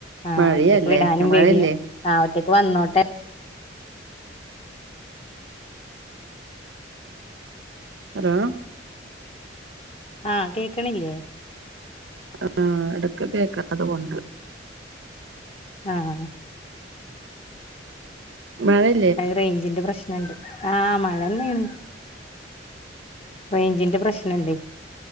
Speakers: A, on the left; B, on the right.
A: ആഹ്
B: മഴയല്ലേ
A: ഒറ്റക്ക് വിടാനും പേടിയാ
B: മഴയല്ലേ
A: ആഹ് ഒറ്റൊക്ക് വന്നോട്ടെ
B: ഹലോ
A: ആഹ് കേക്കണില്ലേ
B: ആഹ് ഇടക്ക് കേക്കാതു കൊണ്ട്
A: ആഹ്
B: മഴെ
A: അത് റേഞ്ചിന്റെ പ്രശ്നണ്ട് ആഹ് മഴ ന്നെയാണ് റേഞ്ചിന്റെ പ്രശ്നം ണ്ട്